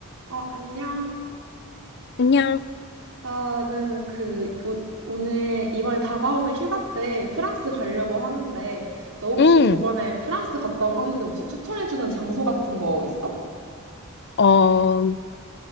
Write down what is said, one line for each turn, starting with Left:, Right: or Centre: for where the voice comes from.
Right: 어, 안녕.
Left: 안녕.
Right: 나는 그, 오, 오늘 이번에 다가오는 휴가 때 프랑스 가려고 하는데, 너 혹시
Left: 응.
Right: 저번에 프랑스 갔다고 하는데 혹시 추천해주는 장소 같은 거 있어?
Left: 어,